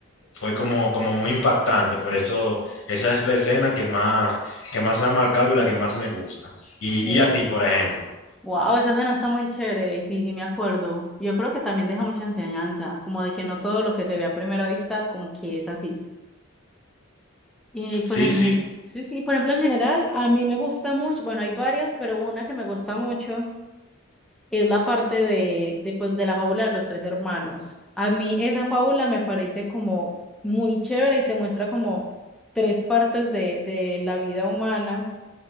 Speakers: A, on the left (about 65°); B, in the centre.
A: fue como, como muy impactante. Por eso esa es la escena que más, que más me ha marcado y la que más me gusta. Y,
B: Ujú.
A: y a ti, por ejemplo.
B: Wow, esa escena está muy chévere, sí, sí me acuerdo. Yo creo que también deja mucha enseñanza, como de que no todo lo que se ve a primera vista como que es así. Y pues
A: Sí,
B: en
A: sí,
B: gen- sí, sí, por ejemplo, en general a mí me gusta mucho, bueno, hay varias, pero una que me gusta mucho es la parte de, de pues de la fábula de los tres hermanos. A mí esa fábula me parece como muy chévere y te muestra como tres partes de, de la vida humana